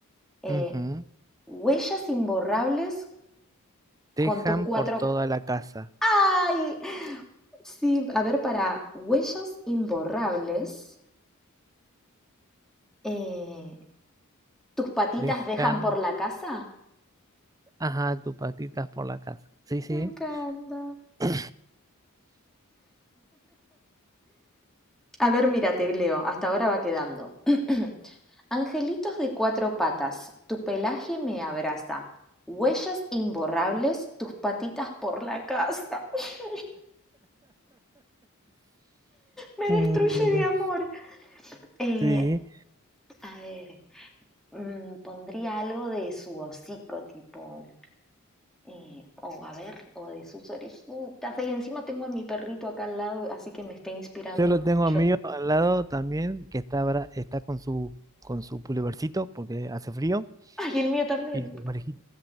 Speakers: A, in the centre; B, on the right (about 15°).
A: Eh,
B: Ujú.
A: huellas imborrables con
B: Dejan
A: tus cuatro...
B: por toda la casa.
A: ¡Ay! Sí, a ver, para huellas imborrables, eh, ¿Tus patitas
B: Dejan,
A: dejan por la casa?
B: ajá, tus patitas por la casa. Sí, sí.
A: me encanta.
B: Sí.
A: A ver, mira, te leo, hasta ahora va quedando. <clears throat> Angelitos de cuatro patas, tu pelaje me abraza. Huellas imborrables, tus patitas por la casa. <laughs> Me
B: Mm,
A: destruye de amor. Eh,
B: sí,
A: a ver, mm, pondría algo de su hocico, tipo, eh, o a ver, o de sus orejitas. Y encima tengo a mi perrito acá al lado, así que me está inspirando
B: yo lo
A: mucho.
B: tengo a mí al lado también, que está, abra- está con su con su pulovercito porque hace frío
A: Ay, el mío también.
B: y sus oreji-